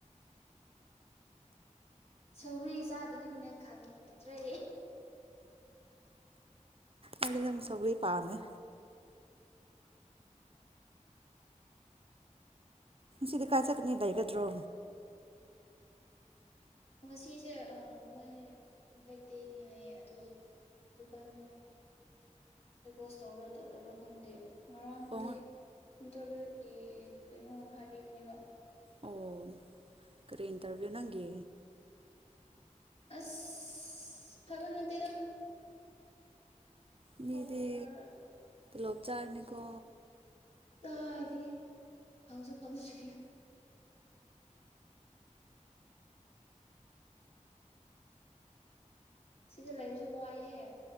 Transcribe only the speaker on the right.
ꯑ ꯑꯗꯨꯝ ꯁꯂꯤ ꯄꯉ ꯁꯤꯗꯤ ꯀꯥꯏ ꯆꯠꯀꯅꯤ ꯂꯩꯒꯗ꯭ꯔꯣ
ꯑꯣ
ꯑꯣ ꯀꯔꯤ ꯏꯟꯇꯔꯚꯤꯌꯨ ꯅꯪꯒꯦ
ꯃꯤꯗꯤ
ꯂꯣꯞ ꯆꯥꯔꯅꯤꯀꯣ